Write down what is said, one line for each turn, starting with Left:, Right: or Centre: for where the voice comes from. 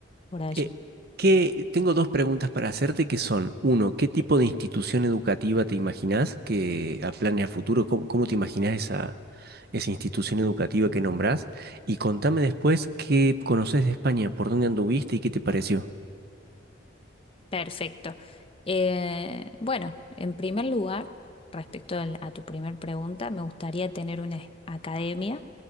Left: por allí.
Right: Eh, ¿qué- tengo dos preguntas para hacerte que son, uno, ¿qué tipo de institución educativa te imaginás que a planes a futuro, cómo, cómo te imaginás esa, esa institución educativa que nombrás? Y contame después qué conoces de España, por dónde anduviste y qué te pareció.
Left: Perfecto. Eh, bueno, en primer lugar, respecto al- a tu primer pregunta, me gustaría tener una es- academia